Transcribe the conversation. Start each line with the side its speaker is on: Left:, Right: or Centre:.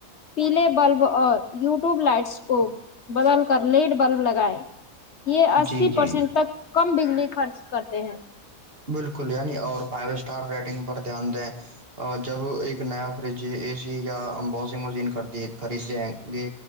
Left: پیلے بلب اور یوٹیوب لائٹس کو بدل کر لیٹ بلب لگائے یہ اسی
Right: جی جی
Left: پرسینٹ تک کم بگ خرچ کرتے ہیں
Right: بالکل یعنی اور فائیو اسٹار ریٹنگ پر دھیان دیں اور جب ایک نیا ف اے سی یا ہم واشنگ مشین خد خریدیں گے